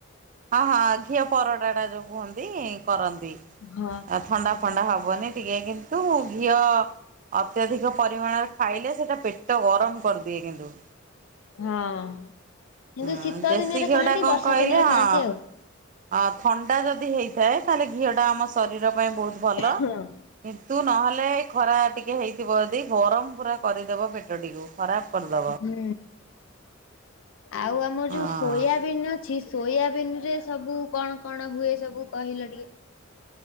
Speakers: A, on the right (about 40°); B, on the left (about 70°).
A: ହଁ ହଁ ଘିଅ ପରଟା ଟା ଯୋଉ କୁହନ୍ତି କରନ୍ତି।
B: ହଁ।
A: ଅ ଥଣ୍ଡା ଫଣ୍ଡା ହବନି। ଟିକେ କିନ୍ତୁ ଘିଅ ଅତ୍ୟଧିକ ପରିମାଣରେ ଖାଇଲେ ସେଇଟା ପେଟ ଗରମ କରିଦିଏ କିନ୍ତୁ।
B: ହଁ କିନ୍ତୁ
A: ହୁଁ
B: ଶୀତ
A: ଦେଶୀ
B: ଦିନରେ
A: ଘିଅଟା
B: ଖାଆନ୍ତି।
A: କଣ
B: ବର୍ଷା
A: କହିଲେ
B: ଦିନରେ
A: ହଁ
B: ଖାଆନ୍ତି ଆଉ।
A: ଅ ଥଣ୍ଡା ଯଦି ହେଇଥାଏ। ତାହେଲେ ଘିଅ ଟା ଆମ ଶରୀର ପାଇଁ ବହୁତ ଭଲ
B: ହଁ
A: କିନ୍ତୁ ନହେଲେ ଖରା ଟିକେ ହେଇ ଥିବ ଦେଇ ଗରମ ପୁରା କରିଦବ ପେଟଟିକୁ। ଖରାପ ପଡ଼ଦ
B: ହୁଁ ଆଉ ଆମର
A: ହଁ
B: ଯୋଉ ସୋୟାବିନ୍ ଅଛି ସୋୟାବିିନ ରେ ସବୁ କଣ କଣ ହୁଏ ସବୁ କହିଲ ଟିକେ?